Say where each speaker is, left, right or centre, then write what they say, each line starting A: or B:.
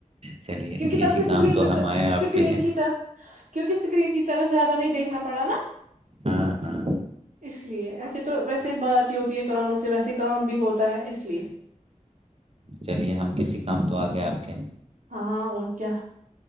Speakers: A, on the right; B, on the right.
A: چلیے
B: کیونکہ
A: کسی
B: تب سے اسکرین
A: کام تو ہم
B: اسکرین
A: آئے آپ کے
B: کی طرح کیونکہ اسکرین کی طرح زیادہ نہیں دیکھنا پڑا نا
A: ہاں ہاں
B: اس لیے ایسے تو ویسے بات ہی ہوتی ہے کانوں سے ویسے کام بھی ہوتا ہے اس لیے
A: چلیے ہم کسی کام تو آ گئے آپ کے
B: ہاں اور کیا